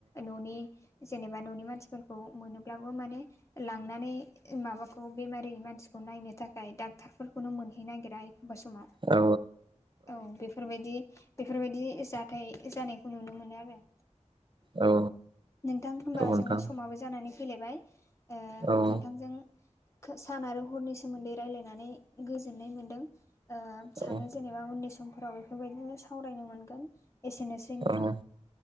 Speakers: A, on the left; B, on the right.
A: न'नि जेनेबा न'नि मानसिफोरखौ मोनोब्लाबो माने लांनानै माबाखौ बेमारि मानसिखौ नायनो थाखाय डाक्टरफोरखौनो मोनहै नागिरा एखमबा समाव
B: औ
A: औ बेफोरबायदि बेफोरबायदि जाथाय जानायखौ नुनो मोनो आरो।
B: औ।
A: नोंथां होनबा
B: औ नोंथां
A: जोंना समाबो जानानै फैलायबाय ओ
B: औ
A: नोंथांजों सान आरो हरनि सोमोन्दै रायलायनानै गोजोननाय मोनदों। ओ सानो
B: औ
A: जेनेबा उननि समफोराव बेफोरबायदिनो सावरायनो मोनगोन एसेनोसै। नोंथां
B: औ